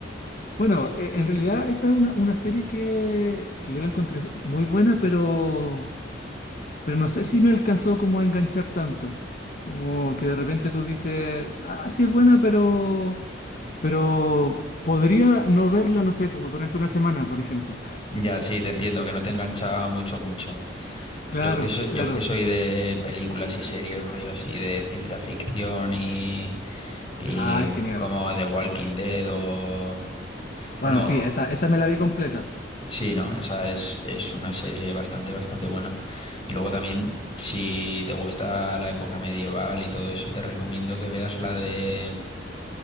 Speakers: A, on the left (about 45°); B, on the left (about 30°).
A: Bueno, eh, en realidad esa es una, una serie que, que yo la encontré muy buena, pero, pero no sé si me alcanzó como a enganchar tanto. Como que de repente tú dices, ah, sí es buena, pero... Pero podría no verla, no sé, pues, durante una semana, por ejemplo.
B: Ya, sí, te entiendo, que no te engancha mucho, mucho.
A: Claro,
B: Yo es que soy,
A: claro.
B: yo es que soy de películas y series, rollo así, de ciencia ficción y, y
A: Ah, genial.
B: como The Walking Dead o...
A: Bueno,
B: Bueno,
A: sí, esa, esa me la vi completa.
B: sí, ¿no? Esa es, es una serie bastante, bastante buena. Y luego también, si te gusta la época medieval y todo eso, te recomiendo que veas la de...